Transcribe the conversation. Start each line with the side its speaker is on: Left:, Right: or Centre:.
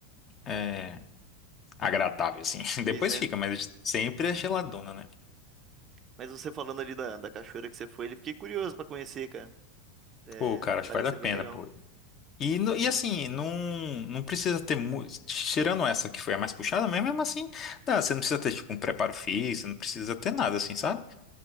Left: é, agradável, assim. <laughs>
Right: Pois
Left: Depois
Right: é.
Left: fica, mas sempre é geladona, né?
Right: Mas você falando ali da, da cachoeira que você foi, ele fiquei curioso pra conhecer, cara. É,
Left: Pô, cara, acho
Right: parece
Left: que vale a
Right: ser
Left: pena,
Right: bem legal.
Left: pô. E, no- e assim, não, não precisa ter muito. Tirando essa que foi a mais puxada, mas mesmo assim, dá, você não precisa ter, tipo, um preparo físico, não precisa ter nada, assim, sabe?